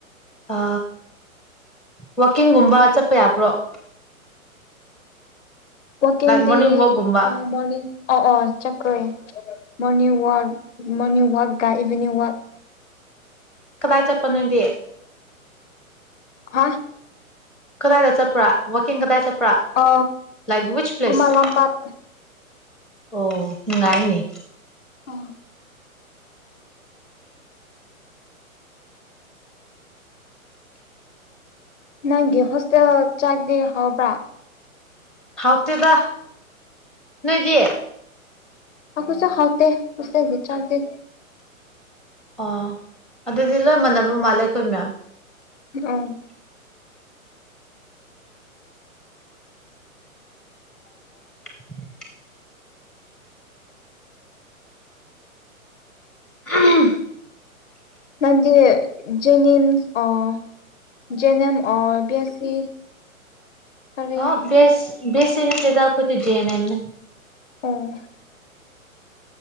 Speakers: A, in the centre; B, on the left (about 55°).
A: ꯑ ꯋꯥꯋꯀꯤꯡꯒꯨꯝꯕ ꯆꯠꯄ ꯌꯥꯕ꯭ꯔꯣ <inaudible>
B: ꯑꯣ ꯀꯗꯤ
A: ꯃꯣꯔꯅꯤꯡ ꯋꯥꯛꯀꯨꯝꯕ
B: ꯑ ꯃꯣꯔꯅꯤꯡ ꯑ ꯑꯥ ꯆꯀ꯭ꯔꯦ ꯃꯣꯔꯅꯤꯡ ꯋꯥꯛ ꯃꯣꯔꯅꯤꯡ ꯋꯥꯛꯀ ꯏꯚꯤꯅꯤꯡ ꯋꯥꯛ
A: ꯀꯗꯥꯏ ꯆꯠꯄ ꯅꯣꯏꯗꯤ
B: ꯍꯥ
A: ꯀꯗꯥꯏꯗ ꯆꯠꯄ꯭ꯔꯥ ꯋꯥꯀꯤꯡ ꯀꯗꯥꯏ ꯆꯠꯄ꯭ꯔꯥ
B: ꯑ
A: ꯂꯥꯏꯛ ꯋꯤꯆ ꯄ꯭ꯂꯦꯁ
B: ꯀꯨꯃꯥ ꯂꯝ ꯂꯝ ꯄꯥꯛ
A: ꯑꯣ ꯅꯨꯡꯉꯥꯏꯅꯦ
B: ꯑ ꯅꯪꯒꯤ ꯍꯣꯁꯇꯦꯜꯦꯜ ꯆꯥꯒꯗꯤ ꯍꯥꯎꯕ꯭ꯔꯥ
A: ꯍꯥꯎꯇꯦꯗ ꯅꯣꯏꯗꯤ
B: ꯑꯣ ꯀꯁ ꯍꯥꯎꯗꯦ ꯀꯁ ꯆꯔꯗ
A: ꯑꯣ ꯑꯗꯨꯗꯤ ꯂꯣꯏ ꯃꯥꯟꯅꯕ ꯃꯥꯜꯂꯦ ꯑꯩꯈꯣꯏ ꯃꯌꯥꯝ
B: ꯎꯝ <inaudible>
A: <inaudible> <unintelligible>
B: ꯅꯪ ꯗꯤ ꯖꯦꯅꯤꯝꯁ ꯑꯣ ꯖꯦꯅꯤꯦꯝ ꯑꯣ ꯕꯤ ꯑꯦꯁ ꯁꯤ ꯀꯔꯤ
A: ꯍꯥꯎ ꯦꯁ ꯦꯁꯤ ꯅ ꯇꯗ ꯈꯣꯏꯗꯤꯖꯦꯅꯦ ꯑꯦꯝꯅꯦ
B: ꯑꯣ